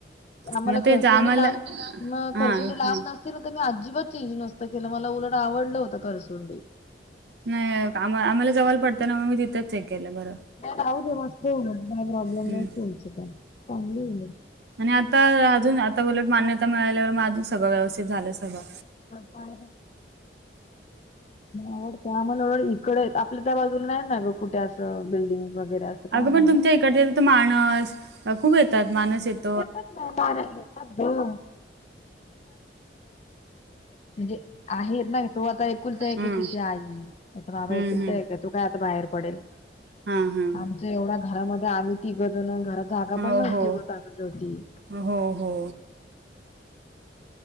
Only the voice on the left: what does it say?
आम्हाला
खरसुंडी
लांब मग
खरसुंडी लांब
नसते ना. तर मी अजिबात तेही नसतं केलं मला उलड आवडलं होतं करसुंडी.
राऊदे. मस्त येऊदेत काय प्रॉब्लेम
नाही. तुमची तर चांगली येईल.
आम्हाला आवडते आम्हला वाटलं. त्या बाजूला नाही आहे ना ग. कुठे असं बिल्डिंग वगैरे असं काय
नाही
नाही.
येतात ना. माणस येतात ग. म्हणजे आहेत ना तो आता ऐकुलत आहे
की त्याच्या आई. आता बाबा
एकुलता एक आहे तो काय आता बाहेर पडेल.
आमच्या एवढ्या घरामध्ये आम्ही तिघजण घरात जागा पण
नव्हती
होत कागज होती.